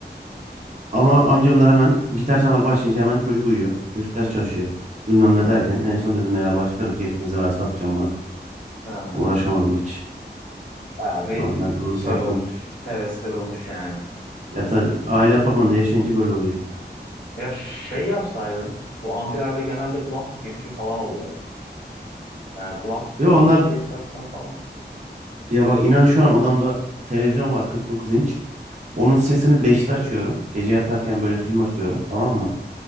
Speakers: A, on the right; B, on the left.
A: Ama amcamlar hemen gitar çalmaya başlayınca hemen çocuk uyuyor. Çocuk ders çalışıyor. Bilmem ne derken en son dedim ya başlarım keyfinize ben satacağım bunu.
B: ha,
A: Uğraşamadım hiç.
B: bayağı bir
A: Ondan onu
B: şey
A: sattım.
B: olmuş. Heves kırılmış yani.
A: Ya tabii aile apartmanında yaşayınca böyle oluyor işte.
B: Ya şey yapsaydın bu amfilerde genelde kulaklık girişi falan oluyor. Yani kulak
A: Yo
B: kulaklık
A: onlar
B: giriş taksan falan.
A: Ya bak inan şu an odamda televizyon var 49 inç. Onun sesini beşte açıyorum. Gece yatarken böyle film açıyorum tamam mı?